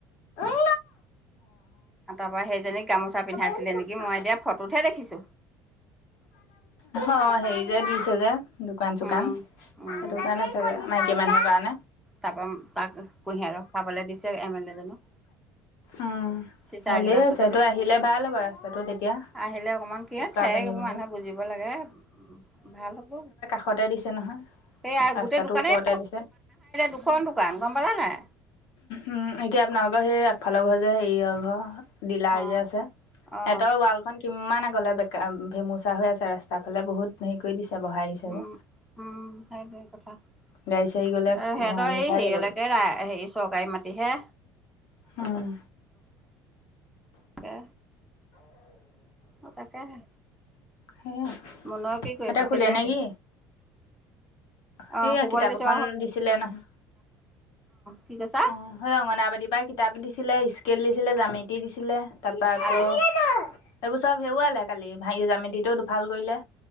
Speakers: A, on the left; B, in the centre.
A: উম
B: তাৰ পৰাৰা সেইজনীক গামোচা পিন্ধাইছিলে
A: অ
B: নেকি
A: অ
B: মই এতিয়া ফটোতহে দেখিছো।
A: অ হেৰি যে দিছে যে দোকান চোকান
B: উম
A: সেইটো
B: উম
A: কাৰণে চাগ মাইকী মানুহৰ কাৰণে।
B: তাৰপা তাক কুঁহিয়াই ৰ খাবলে দিছে এম এল এ জনক।
A: উম।
B: চিচা
A: ভালেই
B: এগিলাচতে
A: আছে। তই
B: দিছে
A: আহিলে ভাল হ'ব ৰাস্তাটো তেতিয়া,
B: আহিলে অকমান কি
A: বোকা-পানীবোৰ
B: ঠেক মানুহে বুজিব লাগে, ভাল হ'ব।
A: অতাই দিছে নহয়।
B: এইয়া
A: ৰাস্তাটোৰ
B: গোটেই দোকানেই
A: ওপৰতে দিছে
B: দুখন দোকান গম পালা নাই?
A: উম এতিয়া আপোনালোক অ, সেই আগফালৰ ঘৰ যে হেৰিয়ৰ ঘৰ ডিলাৰ
B: অ
A: যে আছে সিহঁতৰ
B: অ
A: ৱালখন কিমান আগলে বেকা, ভেমুচা হৈ আছে ৰাস্তা ফালে বহুত হেৰি কৰি দিছে। বহাই দিছে যে
B: উম উম সেইটোৱে কথা। সিহঁতৰ
A: গাড়ী চাড়ী গ'লে ঘহনি
B: এই
A: খাই
B: হেৰিয়ালকে
A: যাবগৈ
B: ৰা হেৰি চৰকাৰী মাটিহে।
A: হম
B: কে অ, তাকেহে।
A: সেয়া
B: মুনুৱে কি কৰি
A: সিহঁতে
B: আছে?
A: শুলে
B: খেলি
A: নে
B: আছে?
A: কি?
B: অ
A: সেয়া
B: শুবলৈ
A: কিতাপ
B: দিছো
A: এখন দিছিলে নহয়।
B: কি কৈছা
A: অ, সেই অংগনাবাদীৰ পৰাই কিতাপ দিছিলে, স্কেল দিছিলে, জামিতি দিছিলে। তাৰপৰা আকৌ
B: আজি
A: এইবোৰ চব হেৰুওৱালে কালি, ভাঙি জ্যামেতিটোও দুফাল কৰিলে।